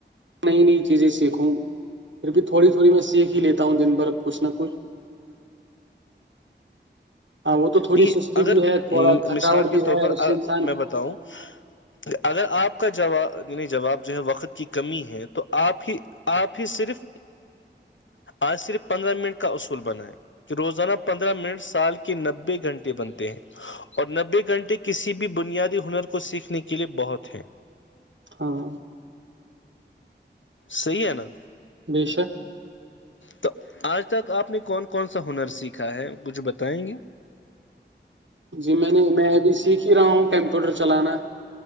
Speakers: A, on the right (about 80°); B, on the left (about 85°).
A: نئی نئی چیزیں سیکھوں پھر بھی تھوڑی تھوڑی میں سیکھ ہی لیتا ہوں دن بھر کچھ نہ کچھ ہاں وہ تو تھوڑی
B: یہ
A: سستی
B: اگر
A: بھی ہے تھوڑا تھکاوٹ
B: مثال کے
A: بھی ہے
B: طور پر
A: اس سے انسان
B: میں بتاؤں کہ اگر آپ کا جواب جواب جو ہے وقت کی کمی ہے تو آپ آپ ہی صرف آج صرف پندرہ منٹ کا اصول بنیں کہ روزانہ پندرہ منٹ سال کے نبے گھنٹے بنتے ہیں اور نبے گھنٹے کسی بھی بنیادی ہنر کو سیکھنے کے لیئے بہت ہیں
A: ہاں
B: صی ہے نا
A: بے شک
B: تو آج تک آپ نے کون کون سا ہنر سیکھا ہے کچھ بتائیں گے
A: جی میں نے میں ابھی سیکھ ہی رہا ہوں کمپیوٹر چلانا